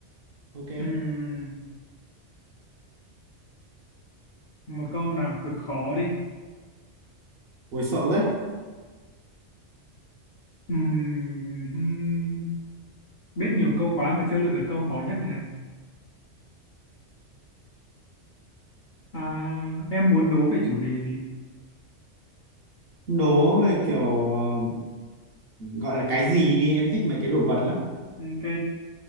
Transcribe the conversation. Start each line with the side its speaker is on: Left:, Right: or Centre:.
Right: ok
Left: Ừm, một câu nào cực khó đi
Right: ôi sợ đấy
Left: Ừm, hmm, biết nhiều câu quá mà chưa lựa được câu khó nhất rồi này à, em muốn đố về chủ đề gì
Right: đố về kiểu ờ, gọi là cái gì đi em thích mấy cái đồ vật lắm
Left: ok